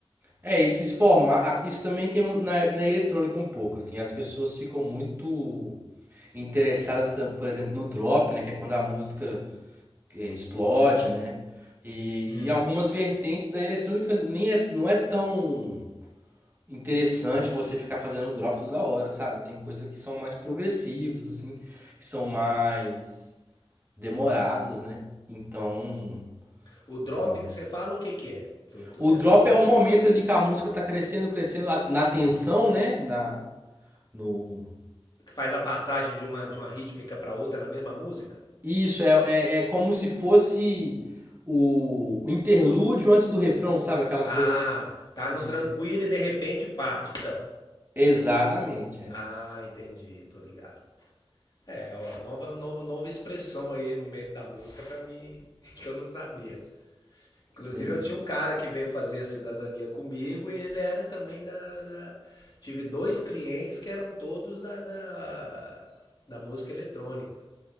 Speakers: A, on the right; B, on the left.
A: É, esses formatos. Isso também tem um- na, na eletrônica um pouco, assim. As pessoas ficam muito interessadas, tam- por exemplo, no drop, né? Que é quando a música é, explode, né? E,
B: Hum.
A: e algumas vertentes da eletrônica nem é, não é tão interessante você ficar fazendo drop toda hora, sabe? Tem coisas que são mais progressivas, assim, que são mais demoradas, né? Então,
B: O drop
A: assim.
B: que você fala, o que que é? Que eu tô
A: O
B: nessa
A: drop
B: parte,
A: é o momento
B: eu tô...
A: ali que a música tá crescendo, crescendo a- na tensão, né? Na, no...
B: Que faz a passagem de uma, de uma rítmica pra outra na mesma música?
A: Isso, é, é, é como se fosse o, o interlúdio antes do refrão, sabe? Aquela
B: Ah,
A: coisa
B: tá
A: de.
B: no tranquilo e de repente parte. Tá.
A: Exatamente, é.
B: Ah, entendi, tô ligado. É, ó, nova, nova, nova expressão aí no meio da música pra mim <laughs> que eu não sabia. Inclusive,
A: Sim.
B: eu tinha um cara que veio fazer a cidadania comigo e ele era também da. da- Tive dois clientes que eram todos da, da, da música eletrônica.